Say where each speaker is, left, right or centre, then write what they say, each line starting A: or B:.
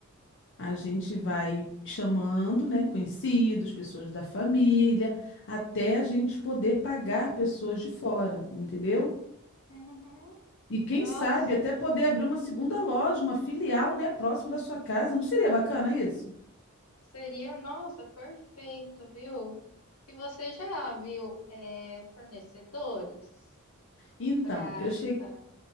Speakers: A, on the left (about 55°); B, on the left (about 80°).
A: a gente vai chamando, né, conhecidos, pessoas da família, até a gente poder pagar pessoas de fora, entendeu?
B: uhum.
A: E quem
B: Nossa.
A: sabe até poder abrir uma segunda loja, uma filial, né, próximo da sua casa. Não seria bacana isso?
B: Seria, nossa, perfeito, viu? E você já viu é, fornecedores?
A: Então,
B: Prata.
A: eu che-